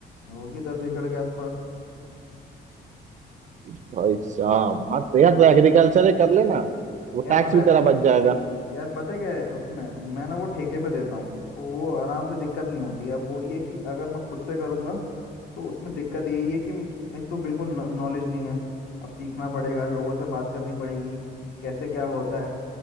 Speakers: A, on the left (about 70°); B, on the right (about 40°).
A: होगी दस एकड़ के आसपास
B: भाई साहब हाँ तेरा तो एग्रीकल्चर ही कर लेना वो
A: यार
B: टैक्स
A: पता
B: भी तेरा
A: है
B: बच जाएगा
A: यार पता है क्या है उसमें मैं ना वो ठेके पे देता हूँ तो वो आराम से दिक्कत नहीं होती है अब वो ये है कि अगर मैं खुद से करूँगा तो उसमें दिक्कत यही है कि म- एक तो बिल्कुल नॉलेज नहीं है अब सीखना पड़ेगा लोगों से बात करनी पड़ेगी कैसे क्या होता है